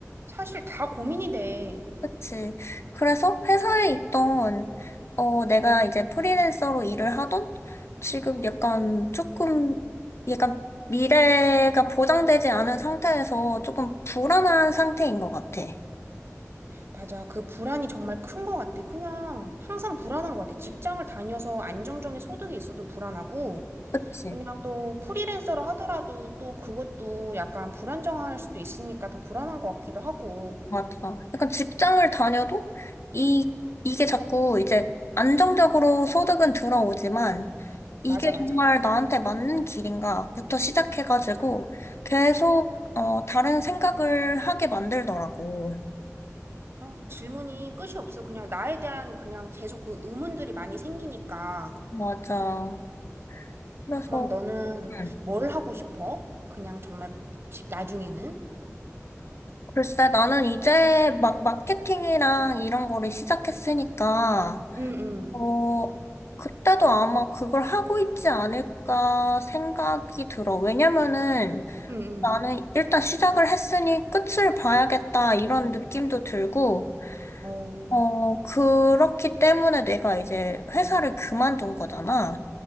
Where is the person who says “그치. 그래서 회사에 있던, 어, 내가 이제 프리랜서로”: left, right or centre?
Left